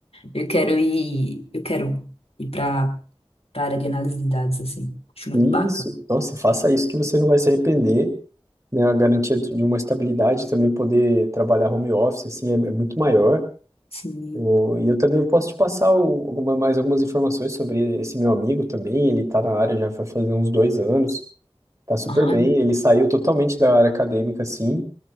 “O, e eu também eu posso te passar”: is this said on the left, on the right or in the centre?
Right